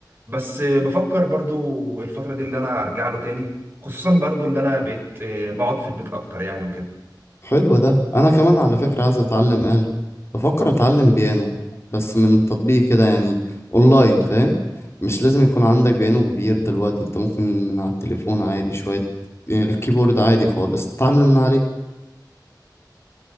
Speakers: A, on the right; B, on the left.
A: بس بفكر برضو الفترة دي اللي أنا أرجع له تاني خصوصا برضو اللي أنا بقيت آه، بقعد في البيت أكتر يعني وكده
B: حلو ده انا كمان على فكرة عايز اتعلم آلة بفكر اتعلم بيانو بس من تطبيق كده يعني اونلاين فاهم مش لازم يكون عندك بيانو كبير دلوقتي انت ممكن من على التليفون عادي شوية يعني الكيبورد عادي خالص تتعامل من عليه